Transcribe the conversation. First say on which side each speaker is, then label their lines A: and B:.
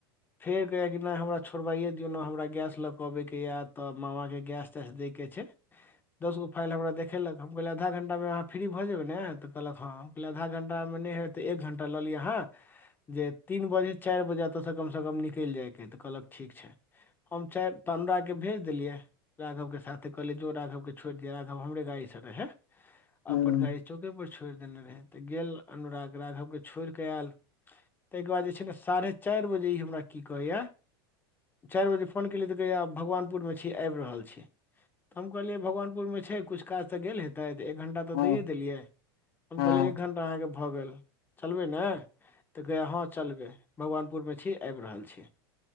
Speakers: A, on the left; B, on the left.
A: फेर कहैया कि न हमरा छोड़बाइए दियौ ने हमरा गैस ल क अबैके या त मामाके गैस तैस दै के छै। दसगो फाइल हमरा देखेलक, हम कहलियै आधा घंटामे अहाँ फ्री भ जेबै ने त कहलक हं। कहलियै आधा घंटामे नै हेत एक घंटा ल लिय अहाँ जे तीन बजे चारि बजे अत सं कम सं कम निकलि जाइके अइ, त कहलक ठीक छै। हम चारि त अनुराग के भेज देलियै। राघव के साथे कहलियै जो राघव के छोरि दिहै, राघव हमरे गाड़ी सं रहै,
B: हूँ
A: अपन गाड़ी चौके पर छोरि देने रहै, त गेल अनुराग राघवके छोरि क आएल। तै के बाद जे छै ने साढ़े चारि बजे ई हमरा की कहैया चारि बजे फोन केलियै तऽ कहिए भगवानपुरमे छि, आबि रहल छि। तऽ हम कहलियै भगवानपुरमे छै किछु काज सऽ गेल हेतै दैऽ एक घण्टा तऽ
B: हूँ
A: दैए देलियै, हम
B: हूँ
A: कहलियै एक घण्टा अहाँके भऽ गेल चलबै ने। तऽ कहिया हँं चलबे भगवानपुर में छी आबि रहल छि।